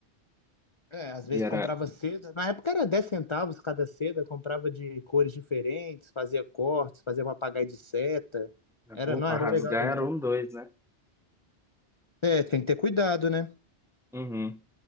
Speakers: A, on the left; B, in the centre.
A: é, às vezes
B: E era...
A: comprava seda. Na época era 10 centavos cada seda, comprava de cores diferentes, fazia cortes, fazia papagaio de seta. Era,
B: Pô,
A: não,
B: pra
A: era
B: rasgar
A: legal demais.
B: era um dois, né?
A: É, tem que ter cuidado, né?
B: Uhum.